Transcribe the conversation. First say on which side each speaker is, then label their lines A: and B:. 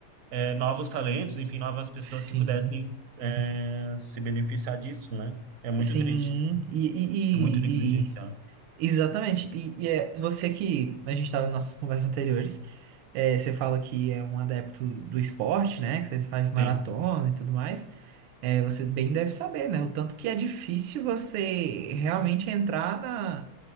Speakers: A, on the right; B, on the right.
A: é, novos talentos, enfim, novas pessoas
B: sim.
A: que pudessem é, se beneficiar disso, né? É muito
B: Sim,
A: triste,
B: e, e,
A: é muito negligenciado.
B: e- e- exatamente. E, e é você que a gente estava nas nossas conversas anteriores, é, você fala que é um adepto do esporte, né? Que você faz maratona
A: Sim,
B: e tudo mais. É, você bem deve saber, né? O tanto que é difícil você realmente entrar na,